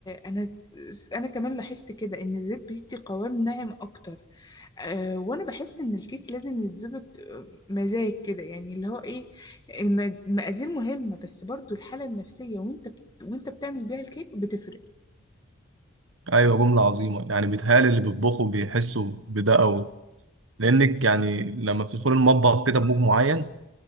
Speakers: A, on the left; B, on the right.
A: انا انا كمان لاحظت كده ان الزيت بيدي قوام ناعم اكتر أه وانا بحس ان الكيك لازم يتظبط آه، مزاج كده يعني اللي هو ايه الم- المقادير مهمة بس برضو الحالة النفسية وانت بت... وانت بتعمل بيها الكيك بتفرق
B: ايوه جمله عظيمه يعني بيتهيألي اللي بيطبخوا بيحسوا بده قوي لانك يعني لما بتدخل المطبخ كده بمود معين